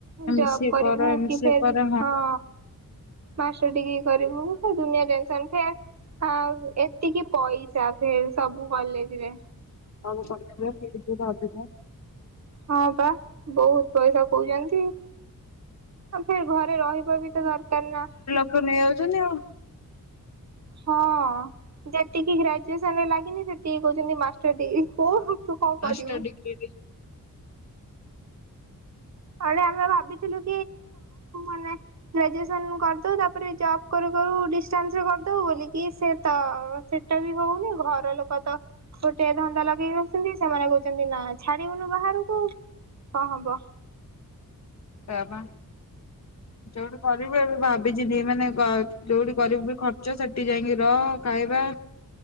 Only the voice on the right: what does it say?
ଜବ୍
କରିବୁ
କି
ଫେର୍
ହଁ। ମାଷ୍ଟର ଡିଗ୍ରୀ କରିବୁ, ସେ ଦୁନିଆ ଟେନସନ୍ ଫେ ଆ ଏତିକି ପଇସା ଫେରେ ସବୁ କଲେଜ୍ ରେ।
ହଁ ପା ବହୁତ୍ ପଇସା କଉଚନ୍ତି। ଆ ଫେର୍ ଘରେ ରହିବା ବି ତ ଦରକାର୍ ନା।
ହଁ ଯେତିକି ଗ୍ରାଜୁଏସନ୍ ରେ ଲାଗିନି ସେତିକି କହୁଚନ୍ତି ମାଷ୍ଟର ଡିଗ୍ରୀ <unintelligible>
କରିବୁ।
ଆଡେ ଆମେ ଭାବିଥିଲୁ ଆମେ ଗ୍ରାଜୁଏସନ୍ କରିଦବୁ ତାପରେ ଜବ୍ କରୁ-କରୁ ଡିଷ୍ଟାନ୍ସରେ କରିଦବୁ ବୋଲିକି ସେ ତ ସେଟା ବି ହଉନି, ଘର ଲୋକ ତ ଗୋଟେ ଧନ୍ଦା ଲଗେଇ ବସିଚନ୍ତି, ସେମାନେ କହୁଚନ୍ତି ନା ଛାଡିବୁନୁ ବାହାରୁକୁ କଣ ହବ।